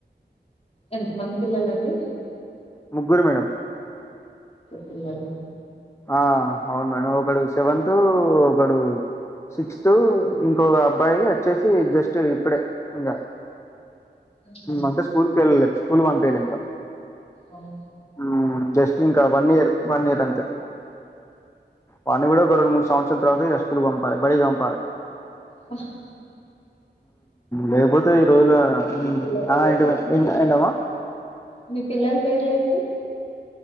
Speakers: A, on the left; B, on the left.
A: ఎంత మంది పిల్లాలండి
B: ముగ్గురు మేడం
A: తుంద
B: ఆ అవును మేడం ఒకగాడు శవతు ఒకగాడు సిక్స్త్ ఇంకో అబ్బాయి వచ్చేసి జస్ట్ ఇప్పుడే ఇంకా
A: ఆహా,
B: అంటే స్కూల్కి వెళ్ళలే స్కూల్ పంపయలే ఇంకా
A: అవు
B: హ్మ్. జస్ట్ ఇంకా వన్ ఇయర్ వన్ ఇయర్ అంతే వాని కూడా ఒక రెండు మూడు సంవత్సరాల తర్వాత స్పులు పంపాలి బడిగా పంపాలి
A: ఆ
B: లేపోతే ఈరోజ్లో
A: పిల్లల
B: ఆ
A: పేరు?
B: ఇంటి పని ఏంట్ ఏంటమ్మా
A: మీ పిల్లల్ పేర్లు ఏంటి